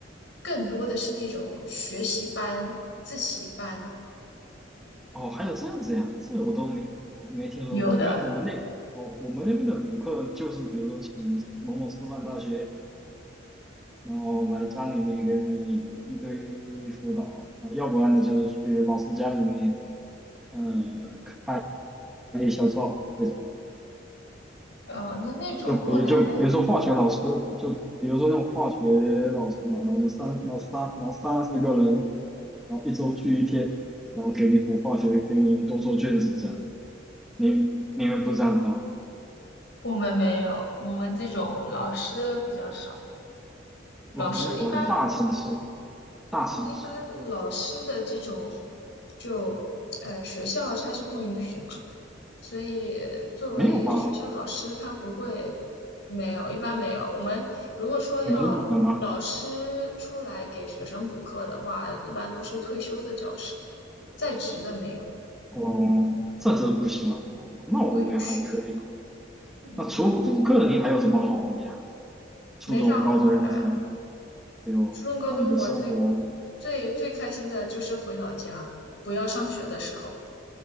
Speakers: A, on the left; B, in the centre.
A: 更多的是那种学习班、自习班
B: 哦还有这样子呀，这我都没没听说过，
A: 有的，
B: 因为我们那哦我们那边的补课就是比如说请某某师范大学，然后来家里面给你一堆辅导，啊、要不然你就是去老师家里面呃开小灶这种。
A: 呃，那那种后来
B: 就比就比如说化学老师，就比如说那种化学老师嘛，然后就三，然后三，然后三四个人，然后一周聚一天，然后给你补化学，给你多做卷子这样。你你们不这样的
A: 我们没有，我们这种老师比较少，老师一般，
B: 啊哇，那果然大城市，大城市
A: 一般老师的这种，就呃学校它是不允许嘛，所以作为学校老师，
B: 没有吧？
A: 他不会没有，一般没有。我们如果说要老师出来给学生补课的话，
B: 你们那边有吗？
A: 一般都是退休的教师，在职的没有，
B: 哦，这真不行啊。哦，那我们还可以。
A: 不允许。嗯，
B: 那除了补课，你还有什么好玩的呀？初中、
A: 没啥好玩儿的呀。
B: 高中这样，还有那你的生活，
A: 初中、高中我最最最开心的就是回老家，不要上学的时候。